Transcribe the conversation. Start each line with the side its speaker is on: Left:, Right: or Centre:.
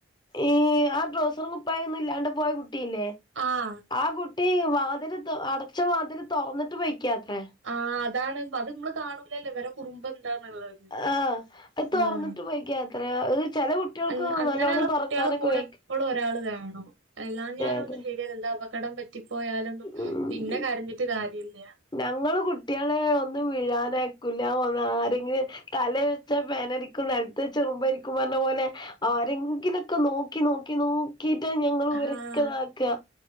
Left: ഈ ആ ഡ്രോസറും കുപ്പായ ഒന്നും ഇല്ലാണ്ട് പോയ കുട്ടില്ലേ?
Right: ആഹ്
Left: ആ കുട്ടി വാതിൽ അടച്ച വാതിൽ തുറന്നിട്ട് പോയിക്കാത്രേ
Right: ആ അതാണ് അത് നമ്മള് കാണൂലല്ലേ വേറെ കുറുമ്പ് എന്താന്നുള്ളത്.
Left: ആ് അത് തുറന്നിട്ട്
Right: ആ
Left: പോയിക്ക അത്രയാ അത് ചില കുട്ടികൾക്ക്
Right: അങ്ങ് അങ്ങനെയുള്ള
Left: നല്ലോണ്ണം തുറക്കാനൊക്കെ
Right: കുട്ടികളെ കൂടെ
Left: വെയിക്കും.
Right: എപ്പളും ഒരാൾ വേണം എല്ലാ ഞ്ഞാലും
Left: അതെ
Right: ഒും ശരിയല്ല എന്താ അബക്കടം പറ്റിപ്പോയാലൊന്നും
Left: ഉം
Right: പിന്നെ കരഞ്ഞിട്ട് കാര്യമില്ല
Left: ഞങ്ങള് കുട്ടികളെ ഒന്നും വിീഴാനക്കില്ല ഒ ആരെങ്കിലും തല വെച്ച പേനരിക്കും ന ചെറുമ്പരിക്കും പറഞ്ഞ പോലെ ആരെങ്കിലൊക്കെ നോക്കി നോക്കി നോ ക്കിട്ട ഞങ്ങൾ
Right: ആഹ്
Left: ഉരക്കതാക്കുക